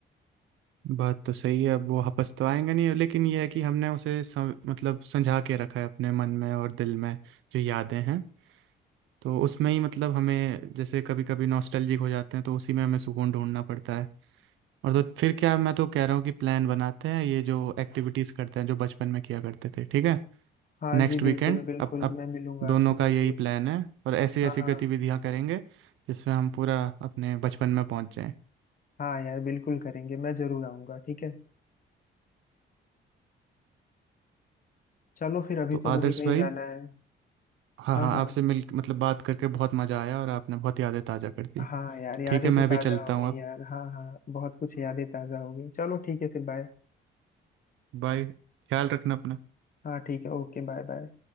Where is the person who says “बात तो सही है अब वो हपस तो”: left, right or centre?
Right